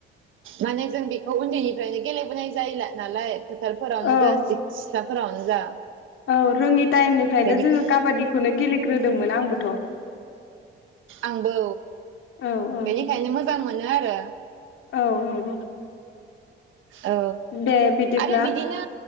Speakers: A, on the right; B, on the left.
A: माने जों बेखौ उन्दैनिफ्रायनो गेलेबोनाय जायोला नालाय फोथारफोरावनो
B: औ
A: जासि फोथारावनो‌ जा
B: औ रोङि टाइम ओफ्रायनो
A: बेनिखाय
B: जोङो काबादिखौनोे गेले होदोंमोन आंबोथ'
A: आंबो
B: औ
A: बेनिखायनो मोजां मोनो आरो
B: औ नंगौ
A: औ
B: दे बिदिब्ला
A: आरो बिदिनो